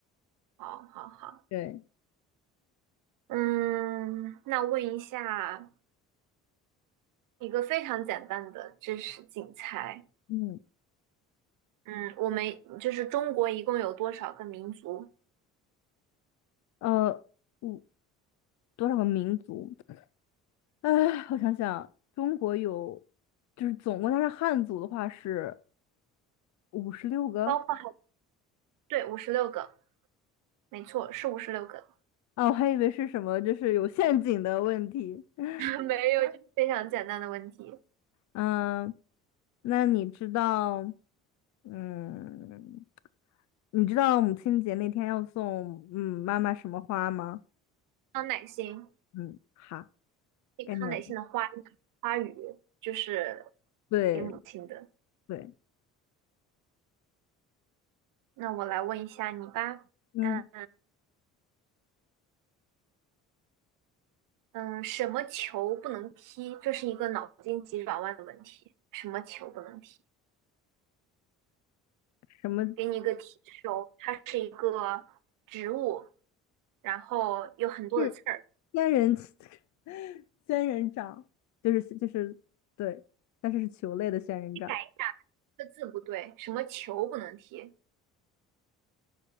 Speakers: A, on the right; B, on the left.
A: 好好好，
B: 对，
A: 嗯，那问一下一个非常简单的知识竞猜，
B: 嗯，
A: 嗯，我们就是中国一共有多少个民族？
B: 呃，五多少个民族？哎，我想想，中国有，就是总共他是汉族的话是五十六个
A: 包括对，五十六个，没错，是五十六个，
B: 啊，我还以为是什么，就是有陷阱的问题。<laughs>
A: <laughs> 没有，就是非常简单的问题。
B: 嗯，那你知道，嗯，你知道母亲节那天要送嗯妈妈什么花吗？
A: 康乃馨，
B: 嗯，好。
A: 一康乃馨的花语花语就是
B: 概念了。对
A: 给母亲的。
B: 对，
A: 那我来问一下你吧，
B: 嗯，
A: 嗯嗯，什么球不能踢？这是一个脑筋急转弯的问题。什么球不能踢？
B: 什么
A: 给你一个提示哦，它是一个植物，然后有很多的刺儿。
B: 是仙人 <laughs> 仙人掌，就是就是对，但是是球类的仙人掌。
A: 你改一个字不对，什么球不能踢？